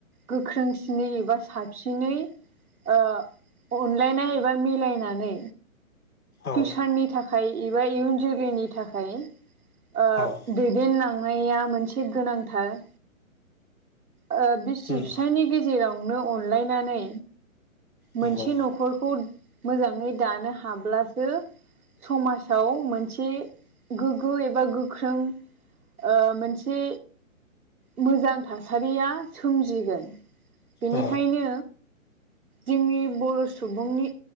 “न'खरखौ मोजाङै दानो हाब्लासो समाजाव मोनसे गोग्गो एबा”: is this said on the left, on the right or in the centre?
Right